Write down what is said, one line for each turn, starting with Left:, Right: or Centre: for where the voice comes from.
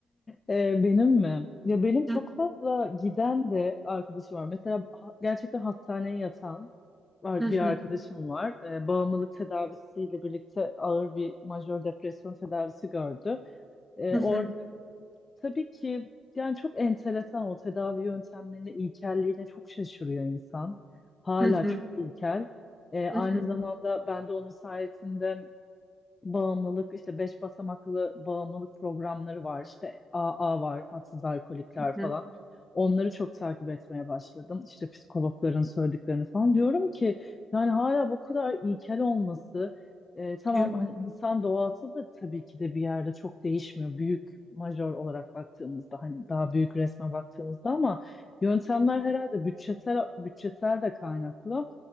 Left: Ee, benim mi? Ya benim çok
Centre: Hı
Left: fazla giden de arkadaşım var. Mesela ha- gerçekten hastaneye yatan var-
Centre: hı hı
Left: bir arkadaşım var. Ee, bağımlılık tedavisiyle birlikte ağır bir majör depresyon tedavisi gördü. Ee,
Centre: hı
Left: orada
Centre: hı
Left: tabii ki yani çok enteresan o tedavi yöntemlerine, ilkelliğine çok şaşırıyor insan. Hala
Centre: hı
Left: çok ilkel. Ee, aynı
Centre: hı hı
Left: zamanda ben de onun sayesinde bağımlılık işte beş basamaklı bağımlılık programları var işte AA var adsız alkolikler falan
Centre: hı.
Left: onları çok takip etmeye başladım işte psikologların söylediklerini falan diyorum ki yani hala bu kadar ilkel olması e, tamam
Centre: Evet.
Left: hani insan doğası da tabii ki de bir yerde çok değişmiyor büyük majör olarak baktığımızda hani daha büyük resme baktığımızda ama yöntemler herhalde bütçesel bütçesel de kaynaklı